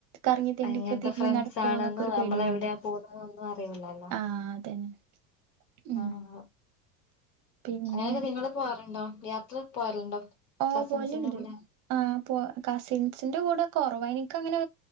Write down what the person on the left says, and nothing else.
അങ്ങനത്തെ
ഫ്രണ്ട്സാണ്
<unintelligible>
നമ്മള് എവിടെയാ
പോന്നതൊന്നും അറില്ലല്ലോ
ആഹ് ആഹ്
അങ്ങനെയൊക്കെ നിങ്ങൾ പോവാറുണ്ടോ യാത്ര പോവാറുണ്ടോ
കസിൻസിന്റെ
കൂടെ